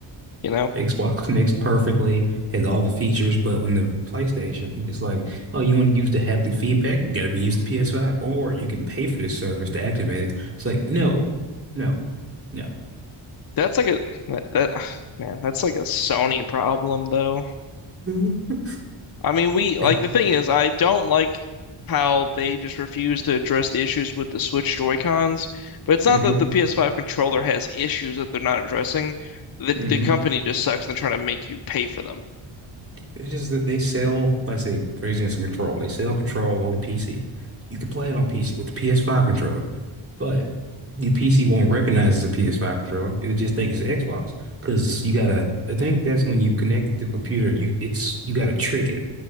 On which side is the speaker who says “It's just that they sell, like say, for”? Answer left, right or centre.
Right